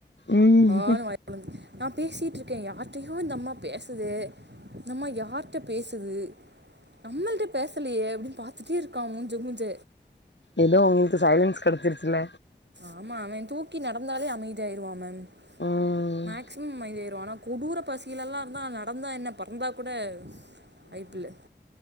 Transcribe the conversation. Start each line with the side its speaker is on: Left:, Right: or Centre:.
Left: ம்
Right: ஆனு வாய் பொலந்து நா பேசிட்டு இருக்கே யார்டையோ இந்த அம்மா பேசுதே இந்த அம்மா யார்ட்ட பேசுது நம்மள்டே பேசலையே அபடின்னு பாத் துட்டே இருக்கா மூஞ்ச மூஞ்ச
Left: எதோ உங்களுக்கு சைலன்ஸ் கெடச்சிருச்சுல
Right: ஆமா அவே தூக்கி நடந்தாலே அமைதியாயிருவா மேம்
Left: ம்
Right: மேக்சிமம் அமைதி ஆயிருவா ஆனா கொடூர பசிலல்லா இருந்தா நடந்தா என்ன பறந்தா கூட வாய்ப்பில